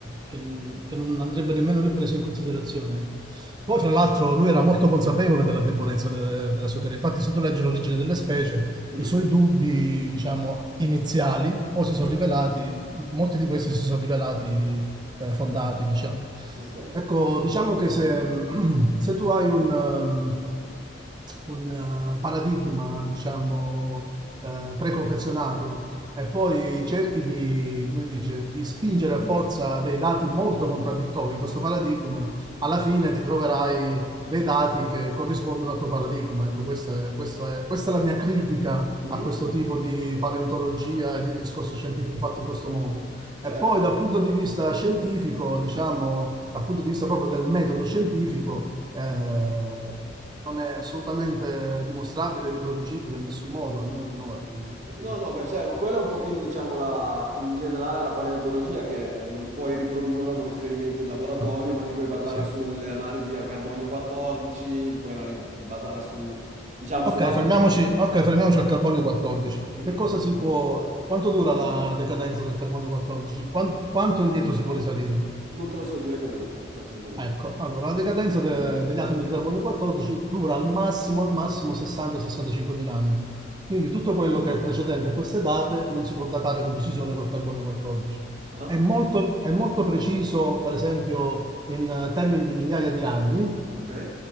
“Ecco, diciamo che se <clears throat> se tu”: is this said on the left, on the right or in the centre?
Right